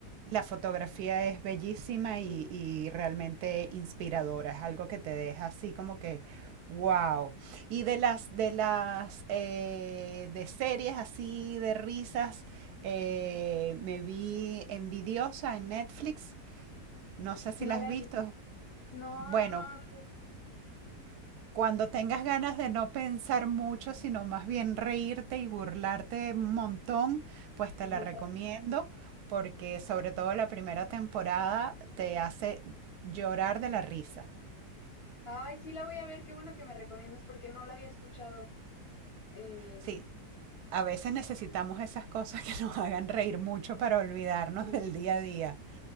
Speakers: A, on the right (about 70°); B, on the left (about 55°).
A: La fotografía es bellísima
B: Sí.
A: y, y realmente inspiradora, es algo que te deja así como que, wow. Y de las, de las, eh, de series así, de risas, eh, me vi Envidiosa en Netflix, no sé si
B: No
A: la has
B: la
A: visto.
B: he visto. No,
A: Bueno,
B: no, no, no.
A: cuando tengas ganas de no pensar mucho, sino más bien reírte y burlarte un montón, pues te
B: la
A: la recomiendo
B: he visto.
A: porque sobre todo la primera temporada te hace llorar de la risa.
B: <laughs> Ay, sí la voy a ver, qué bueno que me recomiendas porque no la había escuchado. Eh,
A: Sí, a veces necesitamos esas cosas que nos hagan reír mucho para olvidarnos
B: Sí.
A: del día a día.